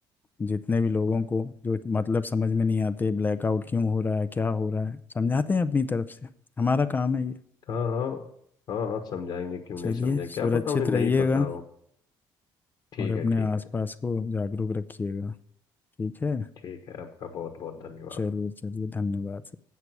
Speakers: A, on the left (about 20°); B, on the left (about 50°).
A: जितने भी लोगों को जो मतलब समझ में नहीं आते ब्लैकआउट क्यों हो रहा है क्या हो रहा है समझाते हैं अपनी तरफ से हमारा काम है ये
B: हाँ हाँ हाँ हाँ समझाएंगे क्यों
A: चलिए
B: नहीं समझाएंगे
A: सुरक्षित
B: क्या पता उन्हें नहीं
A: रहिएगा
B: पता हो ठीक
A: और अपने
B: है ठीक
A: आसपास
B: है
A: को जागरूक रखिएगा ठीक है
B: ठीक है आपका बहुत बहुत धन्यवाद
A: चलिए चलिए धन्यवाद